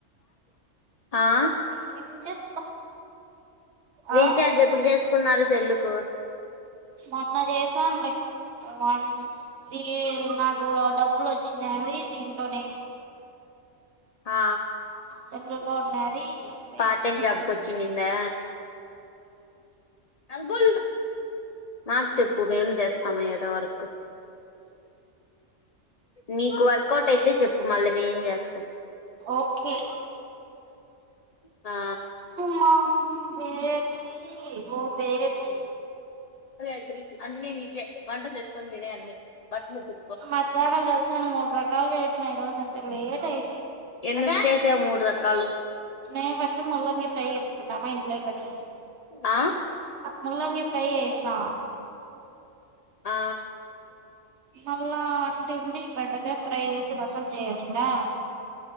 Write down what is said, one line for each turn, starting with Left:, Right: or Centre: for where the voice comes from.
Left: ఆ
Right: ఏం చేస్తా
Left: రీచార్జ్
Right: ఆ
Left: ఎప్పుడు చేసుకున్నారు సెల్లుకు
Right: మొన్న చేసానులే వన్ ది నాకు డబ్బులు వచ్చిన్నావి దీంతోనే
Left: ఆ
Right: సెల్లులో ఉన్నది వేసుకున్నా
Left: పార్ట్ టైమ్ జాబ్ కు వచ్చిన్నిందా హలో మాకు చెప్పు మేం చేస్తాం ఏదో వర్క్ నీకు వర్కౌట్ అయితే చెప్పు మళ్ళీ మేం చేస్తాం
Right: ఓకే
Left: ఆ
Right: మా బేబీ మ బేబీ
Left: అదే అయితనయ్ అన్ని నీకే వంట చేసుకొని తినేయ్ అన్ని బట్టలు ఉతు
Right: మధ్యాహ్నం తెలుసా నే మూడు రకాలు చేసినా ఈ రోజు ఎంత లేట్ అయింది
Left: ఎందుకు చేసావ్ మూడు రకాలు
Right: నేను ఫస్ట్ ముల్లంగి ఫ్రై చేసుకున్నామా ఇంట్లోకని
Left: ఆ
Right: ముల్లంగి ఫ్రై చేస్నా
Left: ఆ
Right: మళ్ళా అంటే అండి బెండకాయ ఫ్రై చేసి రసం జేయ్ అనిందా